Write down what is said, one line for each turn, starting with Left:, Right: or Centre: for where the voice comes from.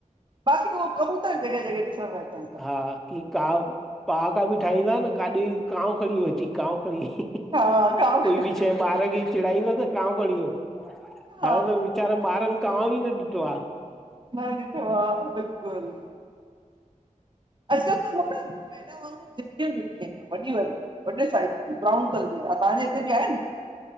Right: बाक़ी उहो कबूतर जगह-जगह ॾिसण में अचन।
Centre: हा! की कॉंव पहाका बि ठाहींदा आ न काॾे वई काॅंव खणी वयो अची काॅंव खणी ह्ह ह् ह्।
Right: हा गांव
Centre: कोई बि शय ॿार खे चेड़ाई दो त कॉंव खॾी वयो।
Right: हा
Centre: हाणे त वेचारन बारन कॉंव ही न ॾिठो आ।
Right: न ॾीठो आ बिल्कुल। असक हो न् मैना वाग़ूर झिरकियू हुयूं। वॾी वारीयू, वॾे साइज जी, ब्राउन कलर जी हा तहांजे हिते बि आहेन।